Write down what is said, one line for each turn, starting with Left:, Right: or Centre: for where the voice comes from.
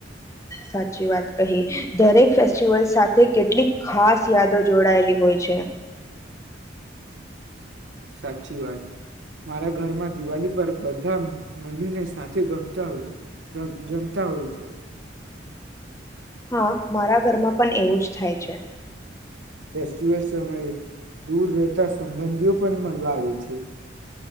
Left: સાચી વાત કહી દરેક ફેસ્ટિવલ સાથે કેટલીક ખાસ યાદો જોડાયેલી હોય છે.
Right: સાચી વાત મારા ઘરમાં દિવાળી પર બધા મળીને સાથે ગમતા હોય જમતા હોય છે.
Left: હા મારા ઘરમાં પણ એવું જ થાય છે.
Right: ફેસ્ટિવલ સમયે દૂર રહેતા સંબંધીઓ પણ મળવા આવે છે.